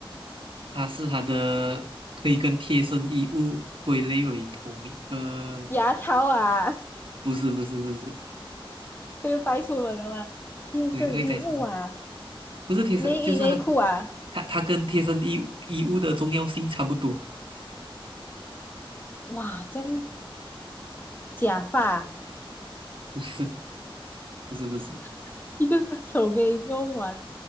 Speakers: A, on the right; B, on the left.
A: 他是他的可以跟贴身衣物归类为同一个，
B: 牙套啊，
A: 不是不是不是，
B: <laughs> 这个带出门的嘛，贴身衣物啊，
A: 会会带什么？不是贴身，
B: 内衣内裤啊，
A: 就是他跟他他跟贴身衣衣物的重要性差不多，
B: 哇，这样假发啊
A: 不是不是不是
B: <laughs> 一个手可以用完，